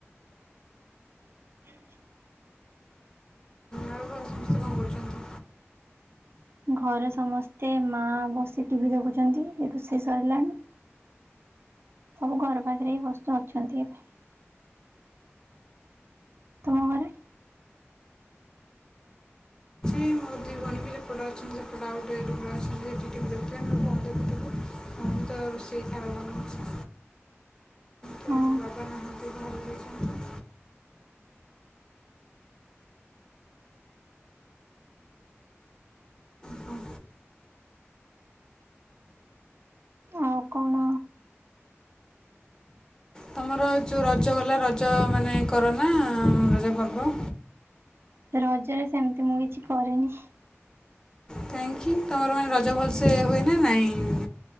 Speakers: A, on the right; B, on the left.
A: <unintelligible>
B: ଆଉ ଘରେ ସମସ୍ତେ କ'ଣ କରୁଛନ୍ତି
A: ଘରେ ସମସ୍ତେ ମା ବସି ଟିଭି ଦେଖୁଛନ୍ତି ରୋଷେଇ ସରିଲାଣି। ସବୁ ଘର ପାଖରେ ଏଇ ବସ ଛ ଅଛନ୍ତି ଏବେ। ତୁମ ଘରେ?
B: ମୋ ଦି ଭୋଉଣି ହେପଟେ ଅଛନ୍ତି ସେପଟେ ଆଉ ଗୋଟେ ରୁମ୍ ରେ ଅଛନ୍ତି ଟିଭି ଦେଖୁଥିବ ନ ହେଲେ ଫୋନ୍ ଦେଖୁିଥିବେ। ମୁଁ ତ ରୋଷେଇ ଖାଇବା ବନଉଚି। କିୁନ୍ତୁ
A: ହଁ
B: ବାବା ନାହାନ୍ତି ବାହାରୁକୁ ଯାଇଛନ୍ତି। କ'ଣ?
A: ଆଉ କଣ?
B: ତମର ଯୋଉ ରଜ ଗଲା ରଜ ମାନେ କରନା ରଜ ପର୍ବ?
A: ରଜରେ ସେମିତି ମୁଁ କିଛି କରେନି।
B: କାଇଁକି ତମର ମାନେ ରଜ ଭଲସେ ହୁଏ ନା ନାଇଁ?